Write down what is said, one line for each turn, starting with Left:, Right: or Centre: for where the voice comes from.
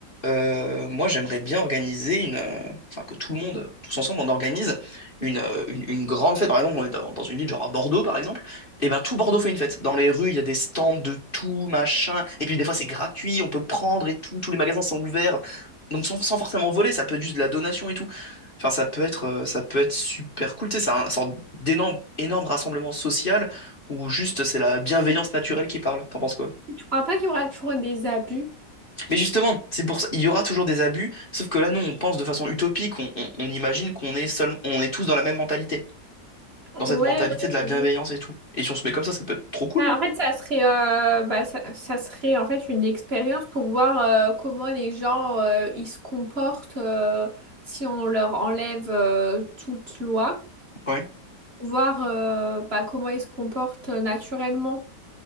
Left: euh, moi, j'aimerais bien organiser une, euh, enfin que tout le monde, tous ensemble, on organise une, euh, une, une grande fête. Par exemple, on est dans, dans une ville genre à Bordeaux, par exemple. Et ben tout Bordeaux fait une fête. Dans les rues, il y a des stands de tout machin. Et puis des fois, c'est gratuit, on peut prendre et tout. Tous les magasins sont ouverts. Donc sans, sans forcément voler, ça peut être juste de la donation et tout. Enfin, ça peut être, euh, ça peut être super cool. Tu sais, c'est un, sorte d'énorme, énorme rassemblement social où juste c'est la bienveillance naturelle qui parle. T'en penses quoi?
Right: Je crois pas qu'il y aura toujours des abus.
Left: Mais justement, c'est pour ça, il y aura toujours des abus, sauf que là, nous, on pense de façon utopique, on, on- on imagine qu'on est seul, on est tous dans la même mentalité,
Right: Ouais,
Left: dans cette mentalité
Right: ouais,
Left: de la
Right: j'avoue.
Left: bienveillance et tout. Et si on se met comme ça, ça peut être trop cool,
Right: Ah,
Left: non?
Right: En fait, ça serait, euh, bah, ça, ça serait en fait une expérience pour voir euh, comment les gens euh, ils se comportent euh, si on leur enlève euh, toute loi,
Left: Ouais.
Right: voir euh, bah, comment ils se comportent euh, naturellement,